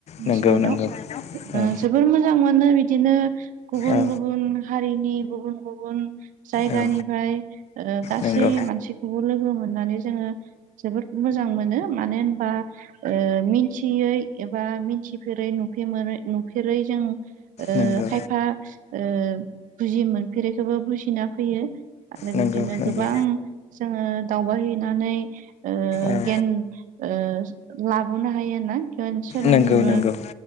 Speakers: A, on the left; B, on the right.
A: नंगौ
B: साइताव
A: नंगौ
B: ओ
A: औ
B: जोबोर मोजां मोनो बिदिनो गुबुन
A: औ
B: गुबुन हारिनि गुबुन गुबुन जायगानिफ्राय
A: औ
B: ओ गासै
A: नंगौ
B: मानसिखौबो लोगो मोननानै जोंङो जोबोद मोजां मोनो मानो होनबा ओ मिन्थियै एबा मिथिफेरै नुफेरै नुफेरै जों ओ
A: नंगौ नंगौ
B: खायफा ओ बुजि मोनफेरैखौबो बुजिना फैयो आरो
A: नंगौ
B: बिदिनो
A: नंगौ
B: गोबां
A: नंगौ
B: जोंङो दावबाय हैैनानै ओ
A: औ
B: गियान ओ लाबोनो हायोआरोना सोलोंबोनो
A: नंगौ नंगौ